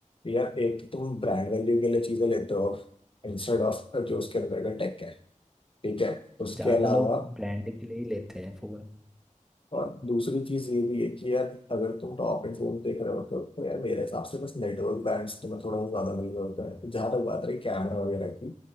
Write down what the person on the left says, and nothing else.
यार एक तो तुम ब्रांड वैल्यू के लिए चीजें लेते हो इंस्टेड ऑफ जो उसके अंदर का टेक है ठीक है उसके
अलावा
और दूसरी चीज ये भी है कि यार अगर तुम टॉप एंड फोन देख रहे हो तो, तो यार मेरे हिसाब से बस नेटवर्क बैंड्स तुम्हें थोड़ा बहुत ज्यादा मिल रहा होता है जहां तक बात रही कैमरा
वगैरह की